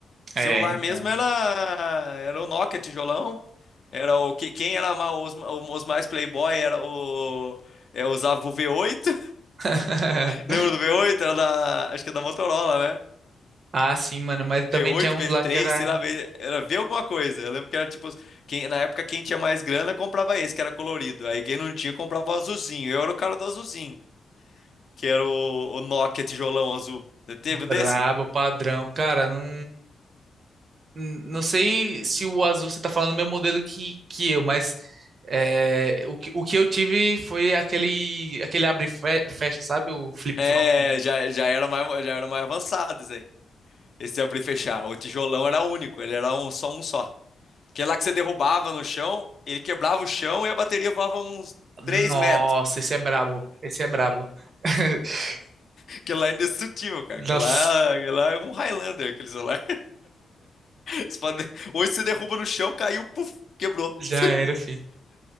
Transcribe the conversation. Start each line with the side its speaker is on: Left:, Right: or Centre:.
Left: Celular
Right: É, então.
Left: mesmo era, era o Nokia, tijolão. Era o que quem era ma- os, os mais playboy era o é, usava o v oito.
Right: <laughs>
Left: Lembra do V8? Era da. Acho que é da Motorola, né?
Right: Ah, sim, mano, mas
Left: V8,
Right: também tinha uns
Left: V3,
Right: lá que era
Left: sei lá, V- era V alguma coisa. Eu lembro que era tipo. Quem, na época, quem tinha mais grana comprava esse, que era colorido. Aí quem não tinha comprava o azulzinho. Eu era o cara do azulzinho, que era o, o Nokia tijolão azul. Você teve
Right: brabo,
Left: um desse?
Right: padrão. Cara, não. Hum, Não sei se o azul você está falando do mesmo modelo que, que eu, mas é, o, que, o que eu tive foi aquele, aquele abre e fe- fecha, sabe? O flip-flop.
Left: É, já, já era mais, já era mais avançados aí. Esse abrir e fechar. O tijolão era único, ele era um, só um só. Que é lá que você derrubava no chão, ele quebrava o chão e a bateria voava uns
Right: Nossa,
Left: 3 metros.
Right: esse é brabo. Esse é brabo. <laughs>
Left: Aquele lá é indestrutível, cara. Aquele
Right: Nossa,
Left: lá, aquele lá é um Highlander, aquele celular. <laughs> Você pode- Hoje você derruba no chão, caiu, puf, quebrou.
Right: já
Left: <laughs>
Right: era, fi.